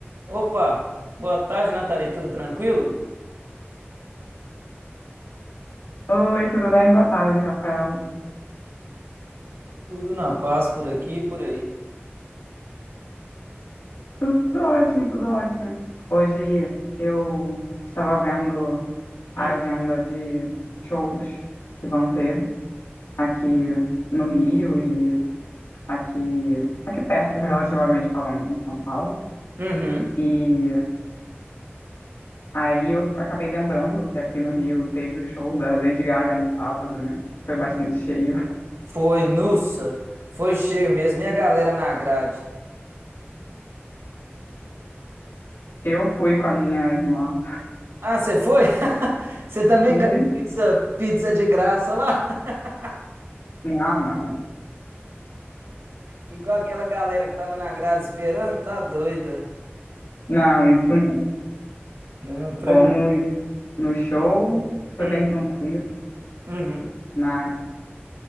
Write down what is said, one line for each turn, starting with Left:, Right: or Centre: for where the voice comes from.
Right: Opa, boa tarde, Nathalie. Tudo tranquilo?
Left: Oi, tudo bem? Boa tarde, Rafael.
Right: Tudo na paz por aqui e por aí.
Left: Tudo ótimo, tudo ótimo. Hoje eu estava vendo a
Right: Hum.
Left: agenda de shows que vão ter aqui no Rio e aqui, aqui perto, relativamente falando, em São Paulo.
Right: Uhum.
Left: E aí eu acabei lembrando que aqui no Rio teve o show da Lady Gaga no sábado, né? Foi bastante cheio.
Right: Foi, nussa. Foi cheio mesmo. E a galera na grade?
Left: Eu fui com a minha irmã.
Right: Ah, você foi? <laughs> Você também
Left: Fui?
Right: ganhou pizza, pizza de graça lá? <laughs>
Left: Não, não.
Right: Igual aquela galera que tava na grade esperando? Tá doido aí.
Left: Não, isso não.
Right: Não, tranquilo.
Left: Fomos no show, foi
Right: Hum.
Left: bem tranquilo,
Right: Uhum.
Left: mas